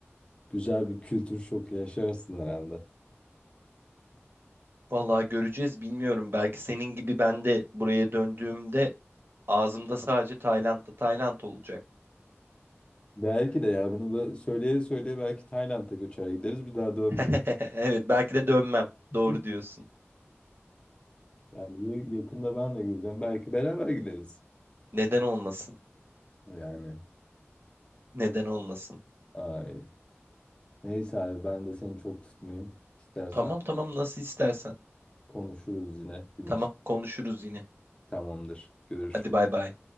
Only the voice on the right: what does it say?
Vallahi göreceğiz bilmiyorum. Belki senin gibi ben de buraya döndüğümde ağzımda sadece Tayland'da Tayland olacak.
<laughs> Evet belki de dönmem. Doğru
diyorsun.
Neden olmasın?
Neden olmasın?
Tamam tamam nasıl istersen.
Tamam
konuşuruz yine.
Hadi bay bay.